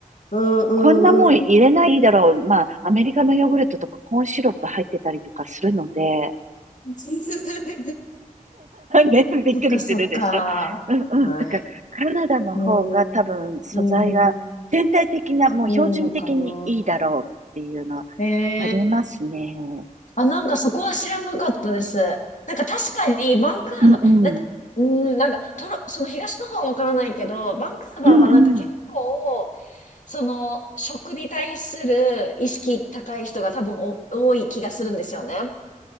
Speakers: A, on the left; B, on the right.
A: うんうん
B: こんなもん入れないだろう。まあ、アメリカのヨーグルトとかコーンシロップ入ってたりとかするので、<laughs>
A: うん。<laughs>
B: ね、びっくりするでしょ。
A: そっかそっか。
B: うんうん。
A: はい。
B: だから、カナダの方が多分素材が全体的な、
A: うん。うん。
B: もう標準的にいいだろうっていうのは
A: いいのかな。へえ
B: ありますね。
A: あ、なんかそこは知らなかったです。なんか確かにバンクーバー、
B: うんうん。
A: なんか、うん、なんかトロ、その東の方はわからないけど、バンクーバーはなんか結構、
B: うんうん。
A: その食に対する意識高い人が多分お多い気がするんですよね。